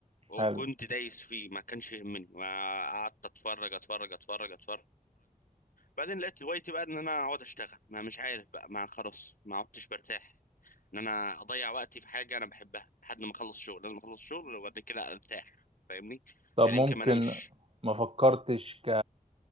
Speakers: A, on the left; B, on the right.
A: وكنت
B: حلو
A: دايس فيه ما كانش يهمني ما قعدت اتفرج اتفرج اتفرج اتفرج بعدين لقيت هوايتي بقى ان انا اقعد اشتغل ما مش عارف بقى ما خلاص ما عدتش برتاح ان انا اضيع وقتي في حاجة انا بحبها لحد ما اخلص شغل لازم اخلص شغل وبعد كده ارتاح فاهمني
B: طب
A: يعني
B: ممكن
A: يمكن ما انامش
B: ما فكرتش ك